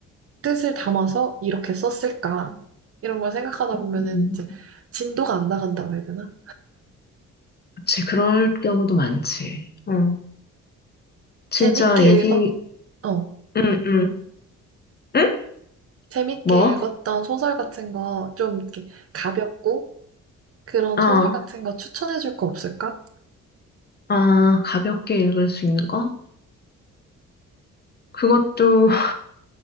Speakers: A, on the right; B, on the left.
A: 뜻을 담아서 이렇게 썼을까? 이런 걸 생각하다 보면은
B: 음.
A: 이제 진도가 안 나간다고 해야 되나?
B: 그치, 그럴 경우도 많지. 어. 진짜
A: 재밌게
B: 얘기,
A: 읽었, 어,
B: 응, 응. 응?
A: 재밌게
B: 뭐?
A: 읽었던 소설 같은 거 좀 이렇게 가볍고 그런
B: 어, 어,
A: 소설 같은 거 추천해 줄 거 없을까?
B: 아, 가볍게 읽을 수 있는 거? 그것도 <laughs>